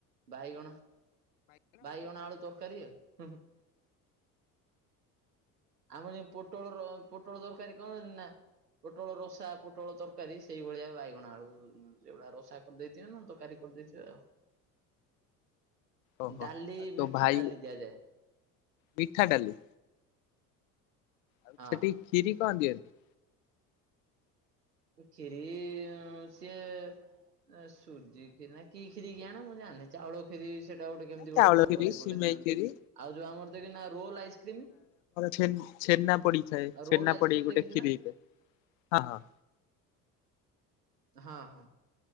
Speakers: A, on the right; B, on the left.
A: ବାଇଗଣ ବାଇଗଣ ଆଳୁ ତରକାରୀ ଆ ହଁ ଆମର ଯେ ପୋଟଳର ପୋଟଳ ତରକାରୀ କଣ ନା। ପୋଟଳ ରସା ପୋଟଳ ତରକାରୀ ସେଇଭଳିଆ ବାଇଗଣ ଆଳୁ ସେଗୁଡା ରଷା କରିଦେଇଥିବେ ନା ତରକାରୀ କରିଦେଇଥିବେ ଆଉ।
B: ଓହୋ
A: ଡାଲି
B: ତୋ
A: ମିଠା
B: ଭାଇ
A: ଡାଲି ଦିଆଯାଏ।
B: ମିଠା ଡାଲି। ଆଉ
A: ହଁ।
B: ସେଠି କ୍ଷୀରି କଣ ଦିଅନ୍ତି?
A: ଏ କ୍ଷୀରି ଅଁ, ସିଏ ଏ ସୁଜି କ୍ଷୀରି ନା କି କ୍ଷୀରି କିଆଣ ମୁଁ ଜାଣିିନି। ଚାଉଳ କ୍ଷୀରି ସେଟା ଗୋଟେ କେମିତି
B: ଚାଉଳ
A: ଗୋଟେ କଣ
B: କ୍ଷୀରି
A: କରିବି
B: ସିମେଇ
A: ଗୋଟେ ଦିଅନ୍ତି।
B: କ୍ଷୀରି
A: ଆଉ ଯୋଉ ଆମର ଦେଖି ନା ରୋଲ୍ ଆଇସ୍କ୍ରିମ୍
B: ଛେନ୍ ଛେନା ପଡିଥାଏ
A: ରୋଲ୍
B: ଛେନୃ
A: ଆଇସ୍କ୍ରିମ୍
B: ପଡି ଗୋଟେ
A: ଦେଖିଛୁ
B: କ୍ଷୀରି
A: ନା?
B: ହେଇଥାଏ।
A: ହଁ ହଁ